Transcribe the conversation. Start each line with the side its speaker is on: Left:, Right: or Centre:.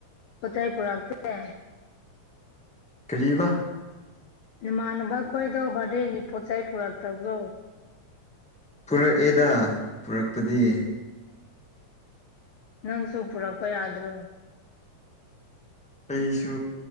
Left: ꯄꯣꯠꯆꯩ ꯄꯨꯔꯛꯇꯦ
Centre: ꯀꯔꯤꯕꯥ
Left: ꯅꯃꯥꯟꯅꯕ ꯈꯣꯏꯗꯣ ꯕꯥꯔꯗꯦꯒꯤ ꯄꯣꯠ ꯆꯩ ꯄꯨꯔꯛꯇꯕ꯭ꯔꯣ
Centre: ꯄꯨꯔꯛꯑꯦꯗ ꯄꯨꯔꯛꯄꯗꯤ
Left: ꯅꯪꯁꯨ ꯄꯨꯔꯛꯄ ꯌꯥꯗ꯭ꯔꯣ
Centre: ꯑꯩꯁꯨ